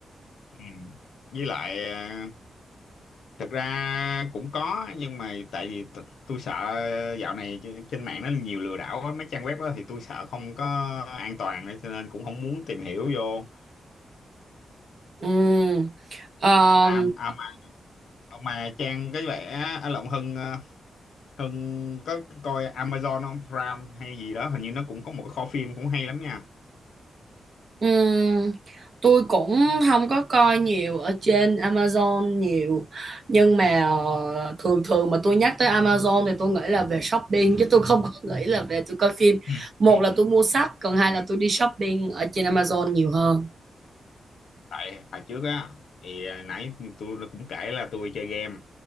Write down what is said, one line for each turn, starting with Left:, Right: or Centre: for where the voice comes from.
Left: Ừ. với lại ờ, thật ra cũng có nhưng mà tại vì t- tôi sợ dạo này trên trên mạng nó nhiều lừa đảo á, mấy trang web đó thì tôi sợ không có an toàn nên cho nên cũng không muốn tìm hiểu vô
Right: ừ. Ờ,
Left: à, à mà, mà trang cái vẻ ở lộng Hưng ờ, Hưng có coi Amazon không Prime hay gì đó hình như nó cũng có một cái kho phim cũng hay lắm nha
Right: Ừm, tôi cũng không có coi nhiều ở trên Amazon nhiều nhưng mà ờ, thường thường mà tôi nhắc tới Amazon thì tôi nghĩ là về shopping chứ tôi không có <laughs> nghĩ là về tôi coi phim
Left: ừ,
Right: một
Left: ừ,
Right: là tôi mua sách còn hai
Left: ừ.
Right: là tôi đi shopping ở trên Amazon nhiều hơn
Left: tại hồi trước á thì à, nãy tôi cũng kể là tôi chơi game